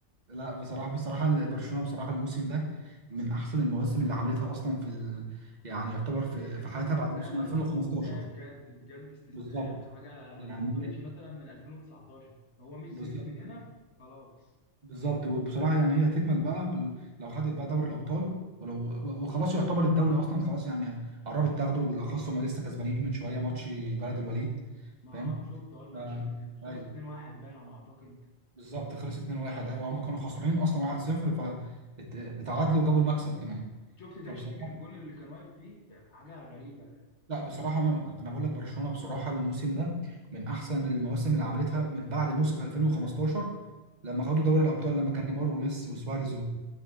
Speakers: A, on the right (about 35°); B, on the left (about 65°).
A: لا بصراحه بصراحه برشلونه بصراحه الموسم ده من احسن المواسم اللي عملتها اصلا في ال... يعني يعتبر في
B: الموسم
A: في حياتها بعد موسم
B: ده
A: 2015
B: استثنائي بجد بجد استثنائي
A: بالظبط
B: يعني حاجة
A: يعني
B: ما حصلتش مثلا من 2019 هو ميسي
A: بالظبط
B: مشي من هنا خلاص
A: بالظبط وبصراحه يعني هي تكمل بقى بال... لو خدت بقى دوري الابطال ولو و- وخلاص يعتبر الدوري اصلا خلاص يعني قربت تاخده بالاخص هم لسه كسبانين من شويه ماتش بلد الوليد
B: ما
A: فاهم
B: اه شفت اه الماتش
A: ف...
B: ده كان خلص
A: ايوه
B: 2-1 باين على ما اعتقد
A: بالظبط خلص 2-1 ايوه هم كانوا خسرانين اصلا 1-0 فاتعادلوا وجابوا المكسب كمان
B: شفت تير
A: فبصراحه
B: شتيجن الجون اللي كان واقف فيه حاجة غريبة
A: لا بصراحه انا أنا بقول لك برشلونه بصراحه الموسم ده من احسن المواسم اللي عملتها من بعد موسم 2015 لما خدوا دوري الابطال لما كان نيمار وميسي وسواريز